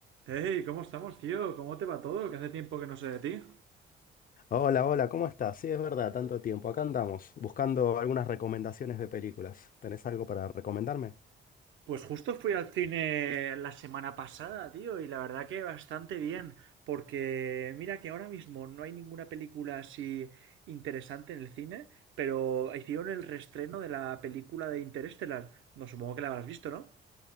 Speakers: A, on the right; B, on the left.
A: Hey, ¿cómo estamos, tío? ¿Cómo te va todo? Que hace tiempo que no sé de ti.
B: Hola, hola, ¿cómo estás? Sí, es verdad, tanto tiempo. Acá andamos, buscando algunas recomendaciones de películas. ¿Tenés algo para recomendarme?
A: Pues justo fui al cine la semana pasada, tío, y la verdad que bastante bien, porque mira que ahora mismo no hay ninguna película así interesante en el cine, pero hicieron el reestreno de la película de Interestelar. No supongo que la habrás visto, ¿no?